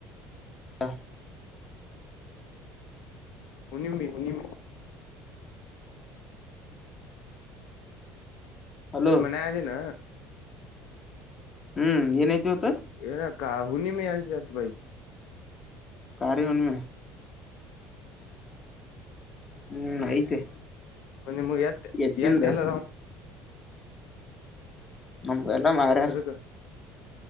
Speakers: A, on the left; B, on the left.
A: ಹ
B: ಹುಣ್ಣಿಮೆ ಹುಣ್ಣಿಮೆ
A: ಹಲೋ
B: ಅಲ್ಲಿ ಮನೆ ಆದಿನ
A: ಹ್ಮ್ ಏನಐತಿವತ್ತ
B: ಏನ ಕ ಹುನಿ ಮೆ <inaudible> ಮ ಆತ ಭೈ
A: ಕಾರಾರಿಯ ಉನ್ಮೆ ಹ್ಮ ಹ್ಮ್ ಐತೆ
B: ಮೆ ನಿಮಗತ್
A: ಎತ್ತಿಂದ
B: ಎತ್ತ ಎಲ್ಲ
A: ನಮ್ಮ ಎಲ್ಲ ಮಾಡರೆ
B: ಅದಕ್